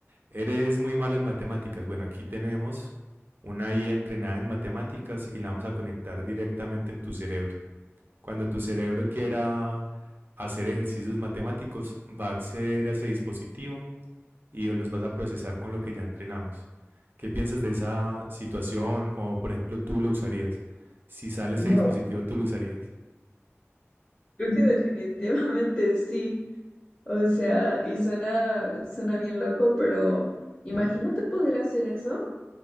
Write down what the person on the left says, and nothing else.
Wow,
creo que definitivamente <laughs> sí. O sea, y suena, suena bien loco, pero imagínate poder hacer eso.